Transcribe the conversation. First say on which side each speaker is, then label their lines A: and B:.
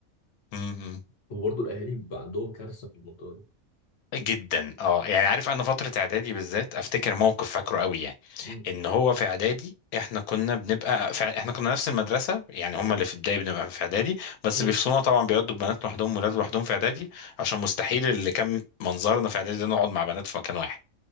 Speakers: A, on the left; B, on the left.
A: م- م.
B: وبرضو الاهالي بيبقى عندهم كارثه في المنطقه دي
A: جدا اه يعني عارف انا فتره اعدادي بالذات افتكر موقف فاكره قوي يعني
B: مم.
A: ان هو في اعدادي احنا كنا بنبقى في احنا كنا نفس المدرسه يعني هم
B: مم.
A: اللي في البدايه بنبقى في اعدادي بس
B: مم.
A: بيفصلونا طبعا بيودوا بنات لوحدهم ولاد لوحدهم في اعدادي عشان مستحيل اللي كان منظرنا في اعدادي ده نقعد مع بنات في مكان واحد